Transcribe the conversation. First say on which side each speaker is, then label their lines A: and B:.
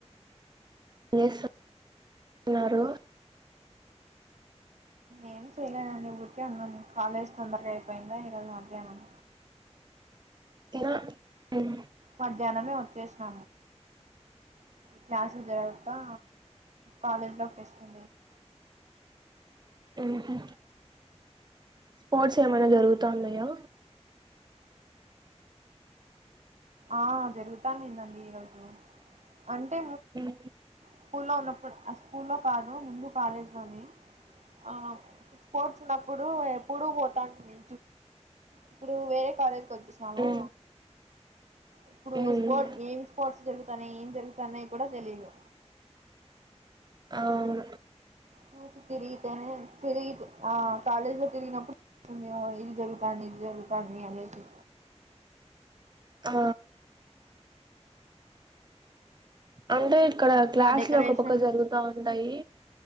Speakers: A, on the right; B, on the right.
A: <inaudible> న్నారు
B: ఏం చేయలేదండి ఊరికే ఉన్నాము కాలేజ్ తొందరగా అయిపోయిందా ఈరోజు అధ్యహ్నం
A: తినా ఉమ్,
B: మధ్యాహ్నమే వచ్చేసిన క్లాసులు జర హా కాలేజ్ లో ఫెసిటా
A: హుహు స్పోర్ట్స్ ఏమైనా జరుగుతాన్నాయా
B: ఆ జరుగుతానింది అండి ఈరోజు అంటే
A: ఉమ్
B: స్కూలో ఉన్నప్పుడు స్కూల్లో కాదు ముందు కాలేజ్ లోని ఆ స్పోర్ట్స్ ఉన్నప్పుడు ఇప్పుడు పోతాంటమి ఇప్పుడు వేరే కాలేజి కి వచ్చేసినాము
A: ఉమ్
B: ఇప్పుడు
A: ఉమ్,
B: స్పోర్ట్ ఏం స్పోర్ట్స్ జరుగు తన ఏం జరుగుతన్న కూడా తెలియదు
A: అవును
B: చూసి తిరిగితేనే తిరిగి ఆ కాలేజ్ లో తిరిగినప్పుడు ఇది హో జరుగుతంది ఇది జరుగుతంది అనేసి
A: ఆ అంటే ఇక్కడ
B: ఇంకా
A: క్లాస్
B: డెకరేషన్
A: లు ఒక పక్క జరుగుతా ఉంటాయి